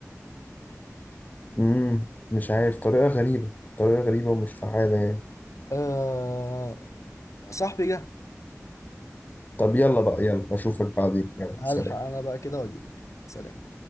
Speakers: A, on the left; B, on the left.
A: امم مش عارف طريقة غريبة طريقة غريبة ومش فعالة يعني
B: أه صاحبي جه
A: طب يلا بقى يلا اشوفك بعدين يلا
B: هلحق
A: سلام
B: انا بقى كده واجيلك سلام